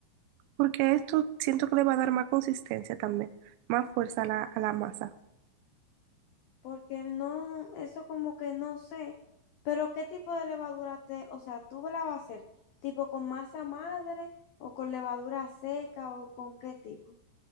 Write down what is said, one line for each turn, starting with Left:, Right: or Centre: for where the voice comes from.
Right: porque esto siento que le va a dar más consistencia también, más fuerza a la, a la masa.
Left: porque no, eso como que no sé, pero ¿qué tipo de levadura te, o sea, tú la vas a hacer, tipo con masa madre o con levadura seca o con qué tipo?